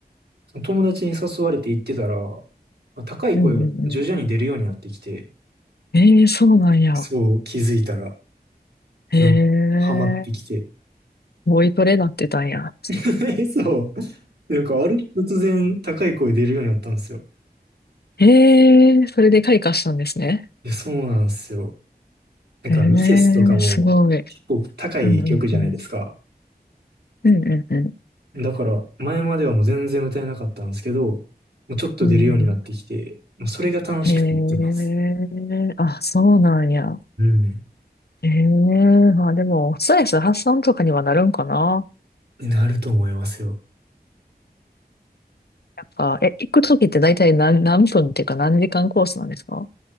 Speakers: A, on the right (about 75°); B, on the left (about 70°).
A: その友達に誘われて行ってたら、まあ高い声が徐々に出るようになってきて、
B: うん、うんうん。えー、そうなんや。
A: そう気づいたら、
B: へえ、
A: なんか、ハマってきて。
B: ボイトレなってたんや。
A: <laughs> そう。なんか、ある日突然高い声出るようになったんですよ。い
B: <laughs> へえ、それで開花したんですね。
A: や、そうなんですよ。なんか、
B: へえ、
A: ミセスとかも結構高い曲じゃないですか。
B: すごい。うん、うん、うん。うん、うん、うん。
A: だから、前まではもう全然歌えなかったんですけど、もうちょっと出るようになってきて、
B: うんうん
A: もうそれが楽しくて言ってます。
B: へえ、あ、そうなんや。
A: うん。
B: へえ、まあでも、ストレス発散とかにはなるんかな。
A: になると思いますよ。
B: なんか、え、行くときって大体何、何分っていうか何時間コースなんですか